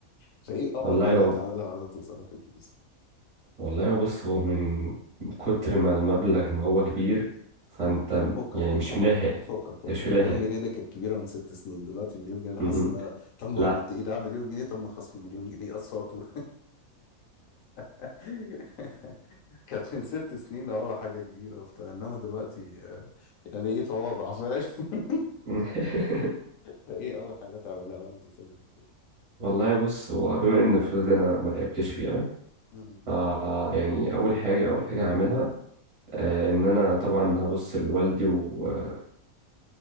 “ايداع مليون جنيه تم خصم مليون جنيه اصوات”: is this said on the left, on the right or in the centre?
Left